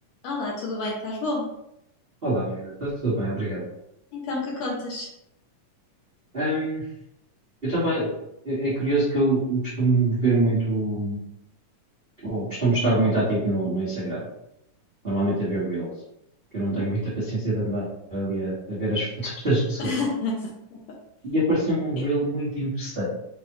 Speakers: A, on the left (about 75°); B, on the right (about 45°).
A: Olá, tudo bem? Estás bom?
B: Olá, Magda, está tudo bem, obrigado.
A: Então, que contas?
B: Hum, eu estava. É, é curioso que eu, eu costumo ver muito, ou costumo estar muito ativo no, no Instagram, normalmente a ver Reels, que
A: Uhum.
B: eu não tenho muita paciência de andar ali a, a ver as <laughs> fotos das pessoas.
A: <laughs>
B: E apareceu-me um
A: Sim,
B: Reel muito interessante,